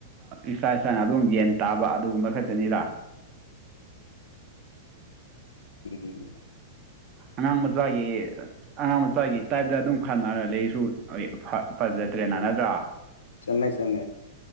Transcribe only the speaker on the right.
ꯏꯁꯥ ꯏꯁꯥꯅ ꯑꯗꯨꯝ ꯌꯦꯟ ꯇꯥꯕ ꯑꯗꯨꯒꯨꯝꯕ ꯈꯛꯇꯅꯤꯗ
ꯑꯉꯥꯡ ꯃꯆꯥꯒꯤ ꯑꯉꯥꯡ ꯃꯆꯥꯥꯏꯒꯤ ꯇꯥꯏꯞꯇ ꯑꯗꯨꯝ ꯈꯟꯅꯔ ꯂꯩꯁꯨ ꯐꯖꯗ꯭ꯔꯦꯅ ꯅꯠꯇ꯭ꯔꯥ